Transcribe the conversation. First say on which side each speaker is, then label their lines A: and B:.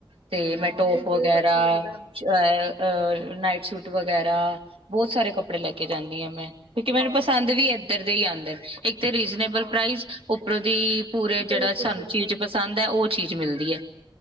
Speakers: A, on the right (about 90°); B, on the right (about 65°).
A: ਤੇ ਮੈ
B: ਹਾਂ,
A: ਟੋਪ
B: ਨਹੀਂ ਬਹੁਤ
A: ਵਗੈਰਾ
B: ਅੱਛਾ ਮਿਲਦਾ
A: ਹ
B: ਹੈ।
A: ਨਾਈਟ ਸੂਟ ਵਗੈਰਾ ਬੋਤ ਸਾਰੇ ਕੱਪੜੇ ਲੈ ਕੇ ਜਾਂਣੀ ਆ ਮੈਂ। ਕਿਉਂਕਿ ਮੈਨੂੰ
B: ਹਾਂ,
A: ਪਸੰਦ ਵੀ ਐਧਰ ਦੇ ਈ ਆਂਦੇ ਨ। ਤੇ ਰੀਜਨੇਬਲ
B: ਹਾਂ,
A: ਪ੍ਰਾਈਸ ਉਪਰੋਂ ਦੀ ਪੂਰੇ
B: ਬਿਲਕੁਲ-ਬਿਲਕੁਲ।
A: ਜੇੜਾ ਸਾਨੂੰ ਚੀਜ਼ ਪਸੰਦ ਐ ਓ ਚੀਜ਼ ਮਿਲਦੀ ਏ।